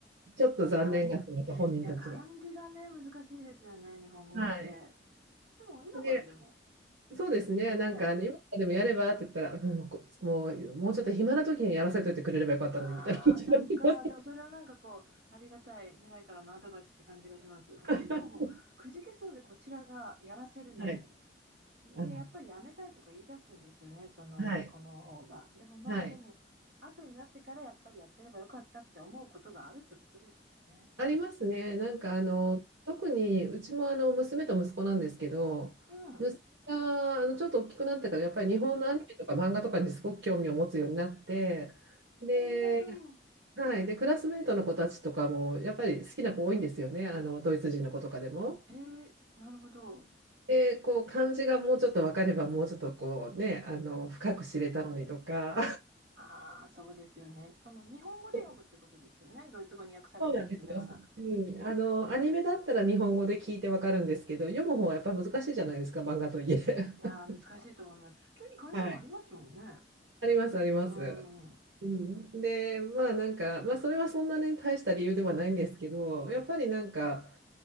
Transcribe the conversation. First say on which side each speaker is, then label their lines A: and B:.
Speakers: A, on the right; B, on the right.
A: ちょっと残念がってます、
B: あ、漢、い
A: 本人たちが。
B: や、漢字がね、難しいですよね、日本語って。
A: はい。
B: でも今からでも、
A: で、そうですね、なんかあの今からでもやればって言ったら、
B: ね、
A: もうこ、もう、もうちょっと暇な時にやらせといてくれればよかったのにみたいな感じになります。
B: ああ、そっか。でもそれはなんかこう、ありがたい未来からのアドバイスって感じがします。結構もう、
A: <laughs>
B: くじけそうでこちらがやらせるのに。
A: はい。<laughs>
B: で、
A: あの
B: やっぱりやめたいとか言い出すんですよね、その息子の方が。
A: はい。
B: でもまあ、
A: はい。
B: でも、後になってからやっぱりやってればよかったって思うことがあるってことですよね。
A: ありますね。なんかあの特にうちもあの娘と息子なんですけど、
B: うん。うん。あ
A: 息子があのちょっと大きくなってからやっぱり日本のアニメとか漫画とかにすごく興味を持つようになって、で、
B: ーなるほど。
A: はい。で、クラスメートの子たちとかも、やっぱり好きな子多いんですよね。あの、ドイツ人の子とかでも。
B: えー、なるほど。
A: で、こう、漢字がもうちょっと分かれば、もうちょっとこうね、あの、深く知れたのにとか。
B: ああ、そうですよね。その日本語で読むってことですよね。
A: <laughs>
B: ドイツ語に訳されたやつではなくて。
A: そうなんですよ。うん。あの、アニメだったら日本語で聞いて分かるんですけど、読む方はやっぱ難しいじゃないですか、漫画といえ。
B: いやー、
A: <laughs>
B: 難しいと思います。普通に漢字もありますもんね。
A: はい。あります、あります。
B: うん。うん。
A: うん、で、まあなんか、まあそれはそんなね、大した理由ではないんですけど、やっぱりなんか、